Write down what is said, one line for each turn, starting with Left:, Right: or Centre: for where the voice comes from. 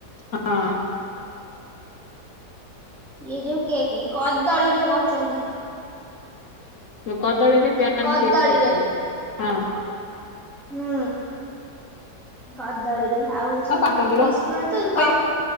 Left: ହଁ।
Centre: ଇଏ ଯୋଉ କେକେ କଦଳୀରେ କରୁଛନ୍ତି।
Left: କଦଳୀରେ ପ୍ୟାନ
Centre: କଦଳୀରେ।
Left: କେକ୍ କରିଥିଲି, ହଁ।
Centre: ହୁଁ କଦଳୀରେ, ଆଉ ହଉଛି
Left: ପାଞ୍ଚ ମିନିଟ୍ ଲୋ
Centre: ବିସ୍କୁଟ ରେ ତ କ
Left: ଅଇ